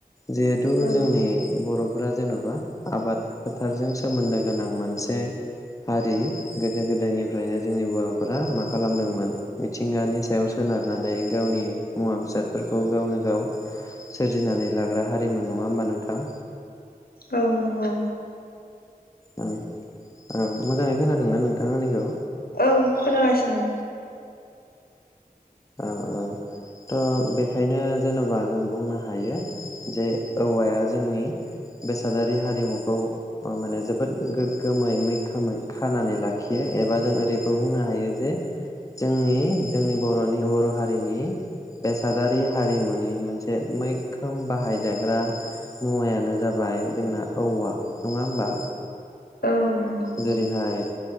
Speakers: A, on the left; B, on the left.
A: जिहेथु
B: औ
A: जोंनि बर'फोरा जेन'बा आबाद फोथारजों सोमोन्दो गोनां मोनसे हारि गोदो-गोदायनिफ्रायनो जोंनि बर'फोरा मा खालामदोंमोन मिथिंगानि सायाव सोनारनानै गावनि मुवा बेसादफोरखौ गावनो गाव सोरजिनानै लाग्रा हारिमोन नङा होमबा नोंथां
B: औ नंगौ
A: औ औ मोजाङै खोनादोंना नोंथाङा आंनिखौ
B: औ खोनागासिनो
A: औ औ ओं थ' बेखायनो जेनेबा जों बुंनो हायो। जे औवाया जोंनि बेसादारि हारिमुखौ माने जोबोद गोग्गोमै मैखोमै खानानै लाखियो एबा जों ओरैबो बुंनो हायो जे जोंनि जोंनि बर'नि बर' हारिनि बेसादारि हारिमुनि मोनसे मैखोम बाहायजाग्रा मुवायानो जाबाय जोंना औवा नङा होमबा
B: औ नंगौ
A: जेरैहाय